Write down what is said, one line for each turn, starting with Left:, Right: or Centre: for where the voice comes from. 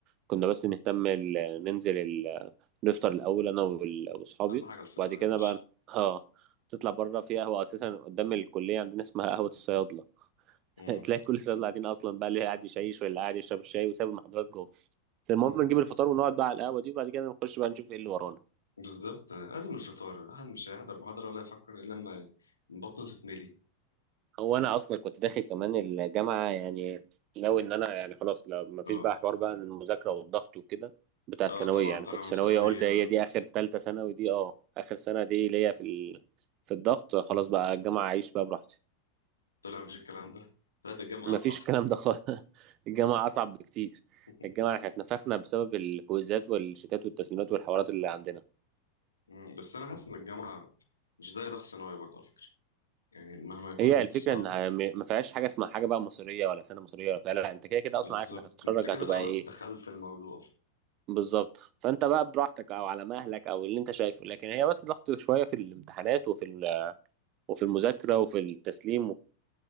Right: كنا بس نهتم ال... ننزل ال... نفطر الأول أنا وال- وأصحابي
Left: أهم حاجة الفطار
Right: وبعد كده
Left: يا باشا
Right: بقى اه تطلع بره في قهوة أساسا قدام الكلية عندنا اسمها قهوة الصيادلة
Left: مم.
Right: <laughs> تلاقي كل الصيادلة قاعدين أصلا بقى اللي قاعد يشيش واللي قاعد يشرب الشاي وساب المحاضرات بس المهم
Left: <laughs>
Right: نجيب الفطار ونقعد بقى على القهوة دي وبعد كده نخش بقى نشوف ايه اللي ورانا
Left: بالظبط لازم الفطار الواحد مش هيحضر محاضرة ولا يفكر إلا لما بطنه تتملي
Right: هو انا اصلا كنت داخل كمان الجامعة يعني ناوي ان انا يعني خلاص لو ما فيش
Left: اه
Right: بقى حوار بقى المذاكرة والضغط وكده بتاع
Left: اه
Right: الثانوية
Left: طبعا
Right: يعني
Left: طالع
Right: كنت
Left: من
Right: ثانوية
Left: ثانوية
Right: قلت هي دي اخر تالتة ثانوي دي اه اخر سنة دي ليا في ال... في الضغط خلاص بقى الجامعة اعيش بقى براحتي
Left: طلع مفيش الكلام ده طلعت الجامعة
Right: ما
Left: أصعب
Right: فيش الكلام ده خالص <laughs> الجامعة اصعب بكتير
Left: <laughs>
Right: الجامعة احنا اتنفخنا بسبب الكويزات والشتات والتسليمات والحوارات اللي عندنا
Left: مم. بس أنا حاسس إن الجامعة مش ده ضغط ثانوي برضه على فكرة يعني مهما يكون
Right: هي الفكره
Left: صعبة
Right: ان م- ما فيهاش حاجه اسمها حاجه بقى مصريه ولا سنه مصريه ولا بتاع لا انت كده كده اصلا
Left: بالظبط
Right: عارف انك هتتخرج
Left: انت كده
Right: هتبقى
Left: خلاص
Right: ايه
Left: دخلت الموضوع
Right: بالظبط فانت بقى براحتك او على مهلك او اللي انت شايفه لكن هي بس ضغط شويه في الامتحانات وفي ال- وفي المذاكره وفي التسليم